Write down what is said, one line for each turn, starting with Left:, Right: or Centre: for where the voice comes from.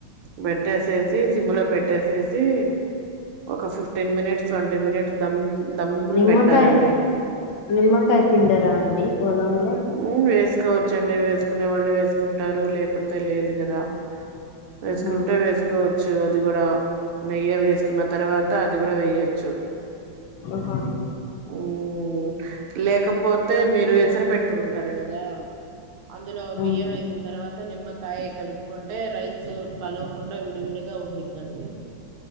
Right: పెట్టేసేసి సిమ్లో పెట్టేసేసి ఒక fifteen minutes twenty minutes dum దమ్బలు
Left: నిమ్మకాయ
Right: పెట్టాలండి
Left: నిమ్మకాయ పిండరా అండి పొలంలో
Right: ఊ వేసుకోవచ్చండి వేసుకునే వాళ్ళు వేసుకుంటారు లేకపోతే లేదు కదా వేసుకుంటే
Left: ఆహా
Right: వేసుకోవచ్చు అది కూడా నెయ్యి వేసుకున్న తర్వాత అది కూడా వేయొచ్చు
Left: ఆహా
Right: ఉం లేకపోతే మీరు వెసరి పెట్టుకుంటారు కదా అందులో బియ్యం
Left: ఉమ్
Right: వేసిన తర్వాత అత్త నిమ్మకాయ కలుపుకుంటే రైస్ కలవకుండా విడివిడిగా ఉండిద్దండి